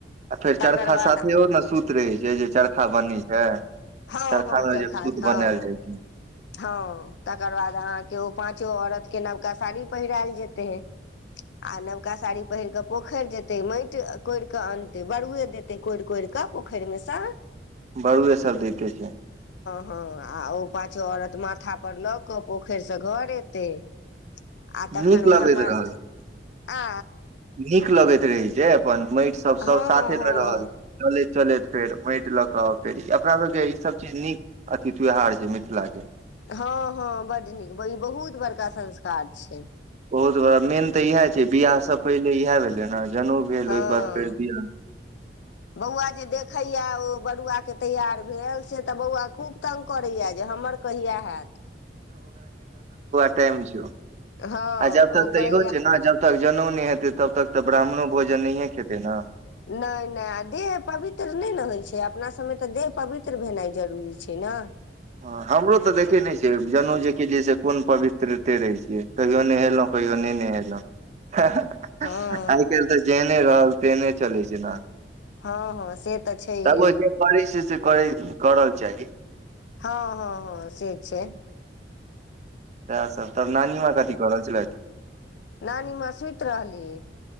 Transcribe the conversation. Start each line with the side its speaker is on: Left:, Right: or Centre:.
Right: आ फेर
Left: तकर
Right: चरखा
Left: बाद
Right: साथे ओ ने सुत रहै छै जे चरखा बनी छै
Left: हँ
Right: सरखामे
Left: हँ चरखा
Right: जे सूत
Left: हँ
Right: बनायल जाइ छै
Left: हँ तकर बाद अहाँके ओ पाँचो औरतके नवका साड़ी पहिरायल जेतय है आ नवका साड़ी पहिर के पोखरि जेते माटि कोरि कऽ अनते बरुए देते कोरि कोरि क का पोखरिमे सा
Right: बरुए सरदैटे छै
Left: हँ आ ओ पाछो औरत माथा पर लऽ कऽ पोखरि से घर एतैय आ तखन
Right: नीक
Left: उएह
Right: लगैत
Left: मर
Right: रहल
Left: आ
Right: नीक लगैत रहै जे अपन माटि सब
Left: हँ
Right: सब साथे
Left: हँ
Right: मे रहल चलैत चलैत फेर माटि लऽ कऽउ फेर अपनासभके ईसभ चीज नीक अथी त्यौहार छै मिथिलाके
Left: हँ हँ बड नीक ई बहुत बड़का संस्कार छै
Right: बहुत बड़ा मेन तऽ इएह छै बिियाह से पहिले इएह भेलै ने भेलहि
Left: हँ
Right: एक बाद फेर द
Left: बौआ जे देखैया ओ बरुआके तैयार भेल से तऽ बौआ खूब तंग करैया जे हमर कहिया हैत
Right: छ
Left: हँ
Right: आ जब तक
Left: ओ
Right: तऽ
Left: कहैया
Right: इहो छै ने जब तक जनेउनी हेतैय तब तक तऽ ब्राह्मणो भोजन नहिये खेतै ने
Left: नहि नहि आ देह पवित्र नहि ने होइ छै अपना य तऽ देह पवित्र भेनाइ जरूरी छै ने
Right: ह हमरो तऽ देखे नइ छै जनेउ जेकि जे से कोन पवित्रते रहै छियै कहियो नहेलहुँ कहियो ने नहेलहुँ आइ
Left: हँ
Right: काल्हि तऽ जेहने रहल तेहने चलै छै ने
Left: हँ हँ से तऽ छैहे
Right: तब ओ जे करै छै से करै करल चाही
Left: हँ हँ हँ से छै
Right: तैस त नान म कथी करर च लैत
Left: नानीमे सुति रहली